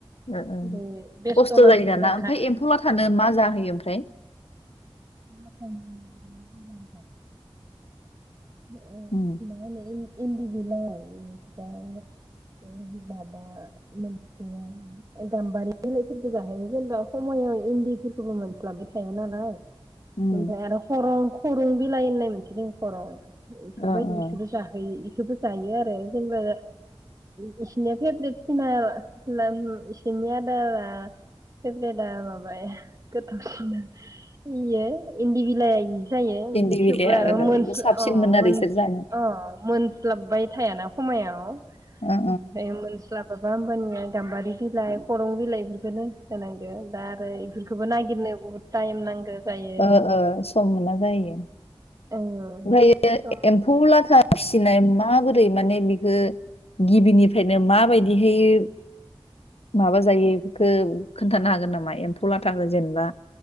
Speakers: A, on the left; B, on the right.
A: ओ ओ
B: बे बेस्थ'
A: खस्थ'
B: मानसिफोरा
A: जायो दाना ओमफ्राय एम्फौलाथानो मा जाहोयो ओमफ्राय।
B: हायाना <unintelligible>
A: उम
B: इन्दि बिलाइ इनिफ्राय माबा मोनसेया गाम्बारि बिलाइफोरबो जाहैयो जेनेबा ख'मायाव इन्दिफोरखौबो मोनस्लाबबाय थाया नालाय।
A: उम
B: ओमफ्राय आरो खरं खरं बिलाय होननाय मोनसे दं खर' इफोरबायदि
A: ओ ओ
B: इखोबो जाहोयो। बेखौबो जायो आरो जेनेबा बिसोरनिया फेभरेट सिना बिसोरनि आदारा फेभरेटआ माबाया गोथाव सिना इयो इन्दिबिलायानि जायो ओमफाय
A: इन्दि बिलाइआ
B: थेवबो आरो
A: ओ
B: मोनस्ल
A: बेखौ साबसिनमोन
B: ओ मोनस्ल
A: आरो बिसोर जानो
B: अ मोनस्लबबाय थायाना खमायाव। आफाय
A: ओ
B: मोनस्लाबाबा होमबानिया गाम्बारि बिलाइ खरं बिलाइफोरखौनो होनांगो दा आरो इफोरखौबो नागिरनो बहुद टाएम नांगो जायो।
A: ओ ओ सम मोना जायो। ओमफ्रायो
B: औ सम
A: एम्फौ लाथा फिसिनाय माबोर रै माने बिखो गिबिनिफ्रायनो माबायदि हायो माबा जायो खोब खोन्थानो हागोन नामा एम्फौ लाथाखौ जेनेबा